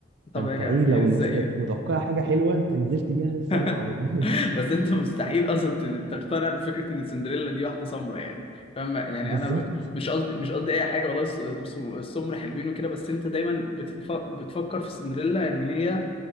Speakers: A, on the left; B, on the right.
A: طب
B: فانت
A: يا جماعة
B: ايه لو
A: إزاي
B: الناس كانت
A: يعني
B: متوقعه حاجه حلوه انت نزلت بيها سبع
A: <laughs>
B: ارض
A: بس انت مستحيل اصلا ت- تقتنع بفكره ان سندريلا دي واحده سمرا يعني فاهم يعني
B: <laughs> بالظبط
A: انا ب- مش قصدي مش قصدي اي حاجه والله الس- الس- السمر حلوين وكده بس انت دايما بتتف... بتفكر في سندريلا ان هي